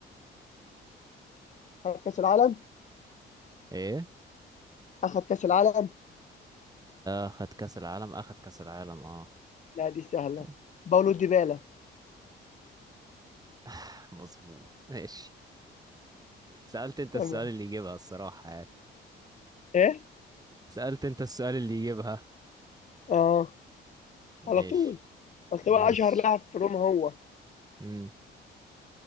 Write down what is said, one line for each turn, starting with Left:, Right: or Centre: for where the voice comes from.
Left: خد كاس العالم
Right: ايه
Left: اخد كاس العالم
Right: اخد كاس العالم اخد كاس العالم اه
Left: لا دي سهله
Right: تاني.
Left: باولو ديبالا
Right: <laughs> <sighs> مظبوط ماشي سألت انت السؤال
Left: تمام
Right: اللي يجيبها الصراحة يعني
Left: ايه
Right: سألت انت السؤال اللي يجيبها
Left: اه
Right: ماشي
Left: على طول اصل
Right: ماشي
Left: هو اشهر لاعب في روما هو
Right: امم